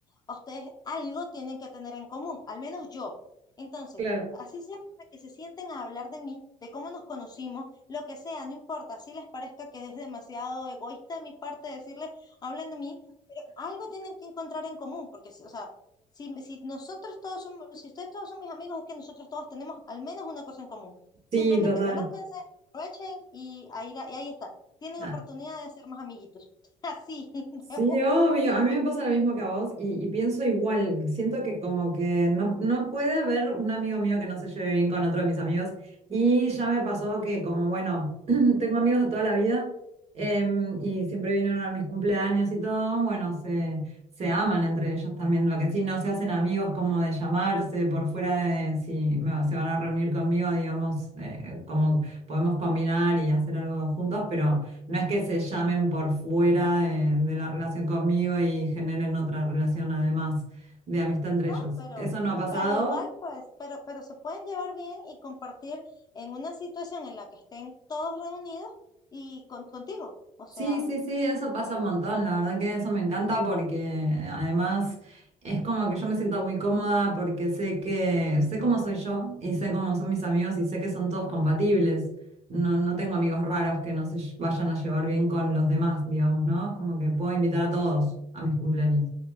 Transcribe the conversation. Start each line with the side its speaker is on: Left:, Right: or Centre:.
Left: ustedes algo tienen que tener en común, al menos yo. Entonces,
Right: Claro,
Left: así sea para que se sienten a hablar de mí, de cómo nos conocimos, lo que sea, no importa, si les parezca que es demasiado egoísta de mi parte decirles, hablen de mí, pero algo tienen que encontrar en común, porque, si- o sea, si, si nosotros todos somos, si ustedes todos son mis amigos, es que nosotros todos tenemos al menos una cosa en común. Simplemente
Right: sí, total.
Left: conózcanse, aprovechen y ahí, la- y ahí está. Tienen
Right: Ah,
Left: oportunidad de ser más amiguitos. <laughs> Así, de una,
Right: Sí, obvio. A mí me pasa lo mismo que a vos y, y pienso igual. Siento que como que no, no puede haber un amigo mío que no se lleve bien con otro de mis amigos. Y ya me pasó que como, bueno, <clears throat> tengo amigos de toda la vida em, y siempre vinieron a mis cumpleaños y todo, bueno, se, se aman entre ellos también. Lo que sí, no se hacen amigos como de llamarse por fuera de si me- se van a reunir conmigo, digamos, eh, como podemos combinar y hacer algo juntos, pero... No es que se llamen por fuera de, de la relación conmigo y generen otra relación además de amistad entre
Left: ¿no?
Right: ellos.
Left: Pero,
Right: ¿Eso no ha pasado?
Left: pero igual, pues, pero, pero se pueden llevar bien y compartir en una situación en la que estén todos reunidos y con, contigo. O sea,
Right: Sí, sí, sí, eso pasa un montón. La verdad que eso me encanta porque además es como que yo me siento muy cómoda porque sé que sé cómo soy yo y sé cómo son mis amigos y sé que son todos compatibles. No, no tengo amigos raros que no se lle- vayan a llevar bien con los demás, digamos, ¿no? Es como que puedo invitar a todos a mis cumpleaños.